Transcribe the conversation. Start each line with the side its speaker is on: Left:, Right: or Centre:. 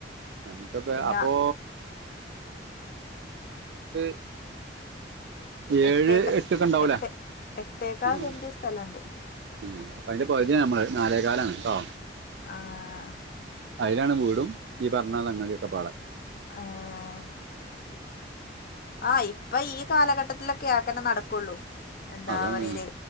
Right: നമ്മുക്കപ്പ
Left: പിന്നെ
Right: അപ്പോ.... <unintelligible> ഏഴ്
Left: എട്ടേക്ക
Right: എട്ടൊക്കെ ഉണ്ടാവൂലേ
Left: എട്ട് എട്ടേക്കാ
Right: ആഹ്
Left: സെന്റ സ്ഥലണ്ട്
Right: ഉം അപ്പൊ അതിന്റെ പകുതിയ നമ്മള് നാലേകാലാണ് കേട്ടോ
Left: ആഹ
Right: അതിലാണ് വീടും ഈ പറഞ്ഞ സങ്ങതിതൊക്കെ പാടെ
Left: ഏഹ ആഹ ഇപ്പ ഈ കാലഘട്ടത്തിലൊക്കെ ആക്കനെ നടക്കുള്ളൂ എന്താ
Right: അതാണ്
Left: പറല്